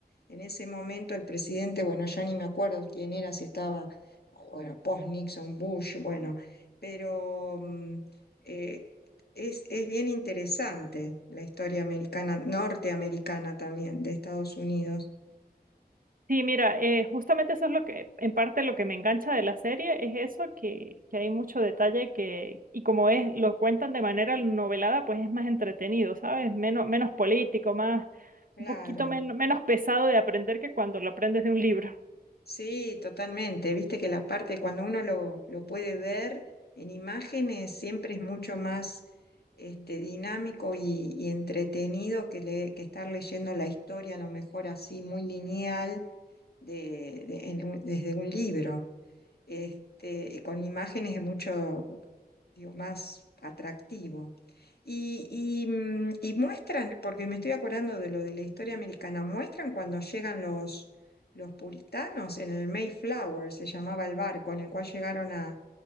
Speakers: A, on the left; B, on the right.
A: En ese momento el presidente, bueno, ya ni me acuerdo quién era, si estaba, bueno, post-Nixon, Bush, bueno, pero... mm, eh, es, es bien interesante la historia americana, norteamericana también, de Estados Unidos.
B: Sí, mira, eh, justamente eso es lo que, en parte lo que me engancha de la serie, es eso, que, que hay mucho detalle que, y como es, lo cuentan de manera novelada, pues es más entretenido, ¿sabes? Menos, menos político, más,
A: Claro,
B: un poquito men- menos pesado de aprender que cuando lo aprendes de un libro.
A: sí, totalmente. Viste que la parte cuando uno lo, lo puede ver en imágenes siempre es mucho más este, dinámico y, y entretenido que, le- que estar leyendo la historia, a lo mejor así muy lineal de, de- en un- desde un libro. Este, con imágenes es mucho, digo, más atractivo. Y, y, mm, y muestran, porque me estoy acordando de lo de la historia americana, muestran cuando llegan los, los puritanos en el Mayflower, se llamaba el barco en el cual llegaron a,